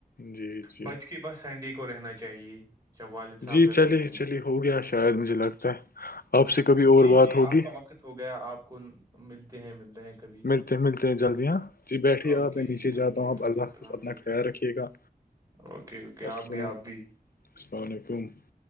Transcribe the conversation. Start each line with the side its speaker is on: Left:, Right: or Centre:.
Left: جی جی
Right: بچ کی بس سینڈی کو رہنا چاہیے ج والد صاحب
Left: جی
Right: گھر
Left: چلیے
Right: پہ رہیں
Left: چلیے ہو گیا شاید مجھے لگتا ہے آپ سے کبھی
Right: جی
Left: اور بات
Right: جی
Left: ہوگی
Right: آپ کا وقت ہو گیا آپ کو ملتے ہیں ملتے ہیں کبھی
Left: ملتے ملتے ہیں جلدیاں جی بیٹھیے
Right: اوکے
Left: آپ میں نیچے
Right: جی اوکے
Left: جاتا ہوں آپ
Right: اوکے
Left: اللہ حافظ
Right: اللام
Left: اپنا
Right: علیکم
Left: خیال رکھیے گا
Right: اوکے اوکے
Left: السلام
Right: آپ بھی آپ بھی
Left: <unintelligible>